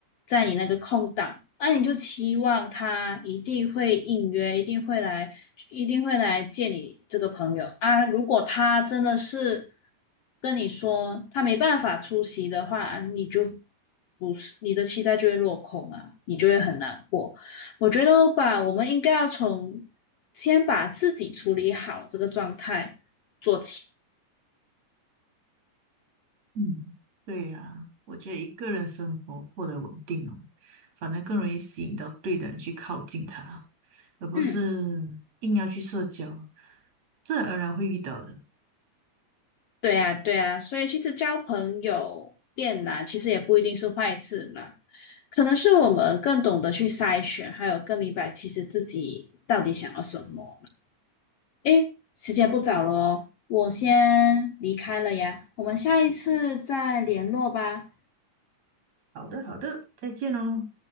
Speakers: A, on the left; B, on the right.
A: 在你那个空档，那、你就期望他一定会应约，一定会来，一定会来见你这个朋友啊。如果他真的是跟你说他没办法出席的话，啊你就不是你的期待就会落空啊，你就会很难过。我觉得吧，我们应该要从先把自己处理好这个状态做起。
B: 嗯，对呀，我觉得一个人生活过得稳定哦，反而更容易吸引到对的人去靠近他，而不是硬要去社交，
A: 嗯。
B: 自然而然会遇到的。
A: 对呀，对呀，所以其实交朋友变难，其实也不一定是坏事啦，可能是我们更懂得去筛选，还有更明白其实自己到底想要什么。诶，时间不早了哦，我先离开了呀，我们下一次再联络吧。
B: 好的，好的，再见哦。